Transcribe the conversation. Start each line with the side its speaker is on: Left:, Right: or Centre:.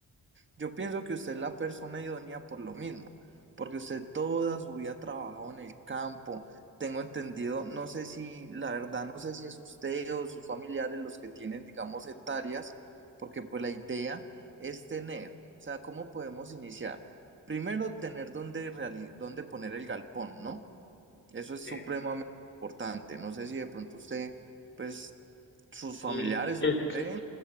Right: Yo pienso que usted es la persona idónea por lo mismo, porque usted toda su vida ha trabajado en el campo. Tengo entendido, no sé si, la verdad, no sé si es usted o sus familiares los que tienen, digamos, hectáreas, porque pues la idea es tener, o sea, ¿cómo podemos iniciar? Primero, tener dónde, reali- dónde poner el galpón, ¿no? Eso es
Left: eh,
Right: supremamente importante. No sé si de pronto usted, pues, sus
Left: sí
Right: familiares
Left: es
Right: o usted,